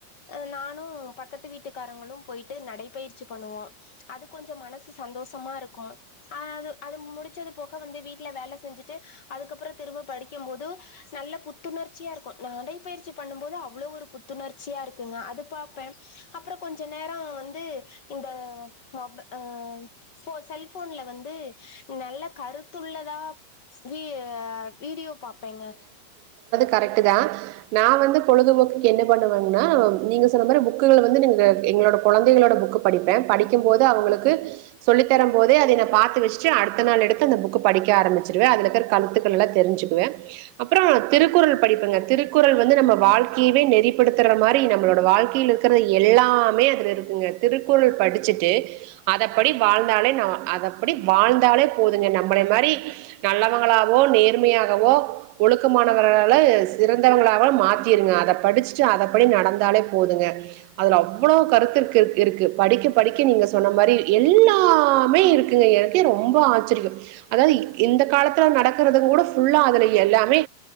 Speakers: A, on the left; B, on the right.
A: அ நானு பக்கத்து வீட்டுக்காரங்களும் போயிட்டு நடைபயிற்சி பண்ணுவோ அது கொஞ்ச மனசு சந்தோஷமா இருக்கும் அது அது முடிச்சது போக வந்து வீட்ல வேல செஞ்சுட்டு அதுக்கப்புற திரும்ப படிக்கும் போது நல்ல புத்துணர்ச்சியாருக்கும் நடைபயிற்சி பண்ணும் போது அவ்ளோ ஒரு புத்துணர்ச்சியாருக்குங்க அது பாப்பே அப்புற கொஞ்ச நேரோ வந்து இந்த மொப் அ ஃபோ செல்போன்ல வந்து நல்ல கருத்துள்ளதா வி வீடியோ பாப்பேங்க
B: கரெட்டு தா நா வந்து பொழுதுபோக்குக்கு என்ன பண்ணுவங்கனா நீங்க சொன்ன மாறி புக்குல வந்து எங்களோட கொழந்தைகளோட புக்கு படிப்பே படிக்கும் போது அவுங்களுக்கு சொல்லித்தரம் போதே அதயா நா பாத்து வச்சுட்டு அடுத்த நாள் எடுத்து இந்த புக்க படிக்க ஆரம்பிச்சிருவே அதுலருக்க கருத்துகளலெல்லா தெரிஞ்சு தத்துவமே அப்பறோ திருக்குறள் படிப்பங்க திருக்குறள் வந்து நம்ம வாழ்கையவே நெறிப்படுத்தற மாரி நம்பளோட வாழ்க்கையிலருக்குற எல்லாமே அதுலருக்குங்க திருக்குறள் படிச்சிட்டு அதப்படி வாழ்ந்தாலே நம் அதப்படி வாழ்ந்தாலே போதுங்க நம்மள மாரி நல்லவங்களாவோ நேர்மையாக இந்த ஒ ஒழுக்கமானவர்களால சிறந்தவங்களவோ மாத்திருங்க அத படிச்சுட்டு அத படி நடந்தாலே போதுங்க அதுல அவ்வளோ கருத்து ருக்கு படிக்க படிக்க நீங்க சொன்ன மாரி எல்லாமே இருக்கு எனக்கே ரொம்ப ஆச்சரியம் அதாவது இந்த காலத்துல நடக்கறது கூட ஃபுல்லா அதுல எல்லாமே